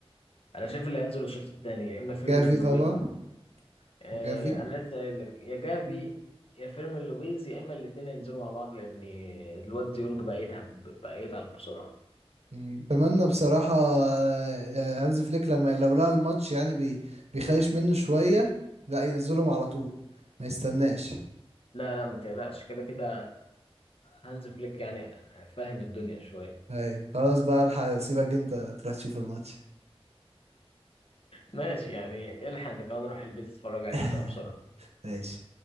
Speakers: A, on the left; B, on the right.
A: انا شايف اللي هينزل الشوط الثاني يا اما فيرمين
B: جافي
A: لوبيل
B: طبعا
A: آه،
B: وجافي
A: انا لسه قايل لك يا جافي
B: مم.
A: يا فيرمين لوبيز يا اما الاثنين ينزلوا مع بعض لان الواد ديونج بقى يتعب بقى يتعب بسرعه
B: مم. اتمنى بصراحة آه، آه، هانز فليك لما لو لقى الماتش يعني بي بيخايش منه شوية لا ينزلهم على طول ما يستناش
A: لا لا ما تقلقش كده كده هانز فليك يعني فاهم الدنيا شويه
B: ايوه خلاص بقى الحق اسيبك انت تروح تشوف الماتش
A: ماشي يعني الحق انت كمان روح البيت اتفرج عليه
B: <laughs>
A: بقى بسرعه
B: ماشي